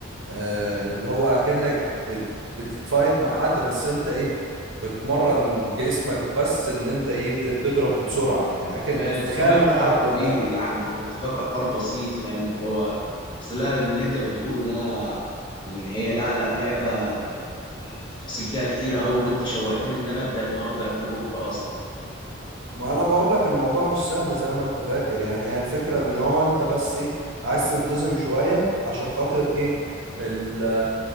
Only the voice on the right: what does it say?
آه، اللي هو اكنك بت... بتتفايت مع حد بس انت ايه بتمرن جسمك بس ان انت ايه ت- تضرب بسرعة يعني أك... بتتخيل
ان
حد
قدامك
ما انا بقول لك الموضوع مش سهل زي ما انت فاكر يعني هي الفكرة ان هو انت بس ايه عايز تنتظم شوية عشان خاطر ايه ال...